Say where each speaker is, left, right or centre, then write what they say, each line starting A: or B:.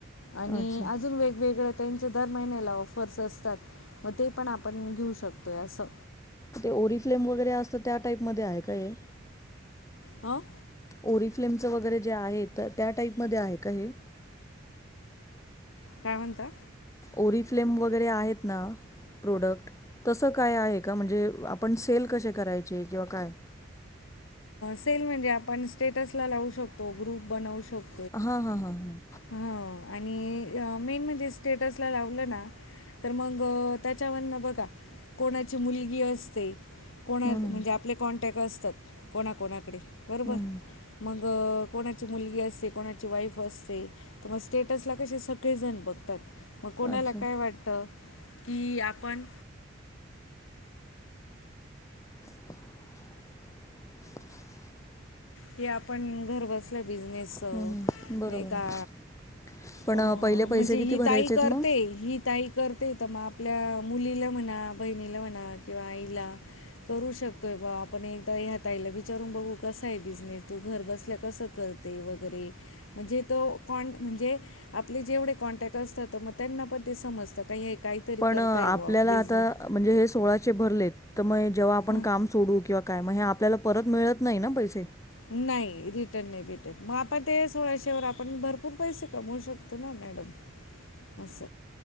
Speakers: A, on the left; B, on the left.
A: आणि
B: अच्छा.
A: अजून वेगवेगळे त्यांचे दर महिन्याला ऑफर्स असतात, मग ते पण आपण घेऊ शकतोय असं.
B: ते ओरीफ्लेम वगैरे असतं, त्या टाईप मध्ये आहे का हे?
A: अं?
B: ओरीफ्लेमच वगैरे जे आहे, त्या टाईपमध्ये आहे का हे?
A: काय म्हणता?
B: ओरीफ्लेम वगैरे आहेत ना प्रोडक्ट्ं, तसं काय आहे का म्हणजे आपण सेल कसे करायचे किंवा काय?
A: सेल म्हणजे आपण स्टेटसला लावू शकतो, ग्रुप बनवू शकतो
B: हा हा हा हा.
A: हो आणि मेन म्हणजे स्टेटसला लावलं ना तर मग त्याच्यावरनं बघा कोणाची मुलगी असते. कोणा
B: हं, हं,
A: म्हणजे आपले कॉन्टॅक्ट असतात कोणाकोणाकडे बरोबर.
B: हं.
A: मग कोणाची मुलगी असते कोणाची वाईफ असते तर मग स्टेटस ला कसे सगळेजण बघतात. मग कोणाला
B: अच्छा.
A: काय वाटत की आपण
B: <inaudible>
A: की आपण घर बसलं बिझनेसचं
B: हं, हं. बरोबर
A: नाही
B: आहे.
A: का?
B: पण
A: अ
B: पहिले
A: म्हणजे
B: पैसे किती
A: ही
B: भरायचे
A: ताई करते
B: आहेत मग?
A: ही ताई करता येत मग आपल्या मुलीला म्हणा, बहिणीला म्हणा किंवा आईला‌ करू शकतोय बा आपण एकदा ह्याातईला विचारून बघू कसय बिझनेस तो घर बसल्या कसं करते वगैरे म्हणजे तो कोण म्हणजे आपले जेवढे कॉन्टॅक्ट असतात मग त्यांना पण ते समजतं, काही काहीतरी
B: पण
A: करताय
B: अ, आपल्याला
A: ब बिझनेस.
B: आता म्हणजे हे सोळाचे भरलेत तर मग जेव्हा आपण
A: हां
B: काम सोडू किंवा काय मग हे आपल्याला परत मिळत नाही ना पैसे.
A: नाही रिटर्न नाही भेटत मग आपण ते सोळाशे वर आपण भरपूर पैसे कमवू शक तो ना मॅडम अस,